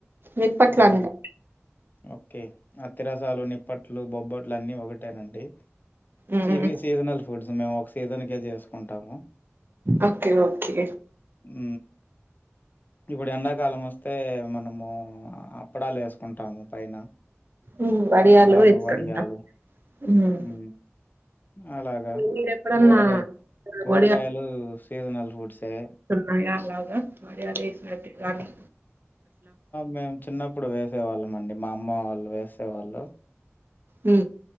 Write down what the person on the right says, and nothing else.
నిప్పట్లు
అంటాము
ఉమ్
ఓకే ఓకే
ఉమ్ వడియాలు
వేసుకుంటాం
ఉమ్
మీరెప్పుడన్నా
వడియాలు
భాగారాలాగా వడియాలు వేసినట్టుగాని
ఉ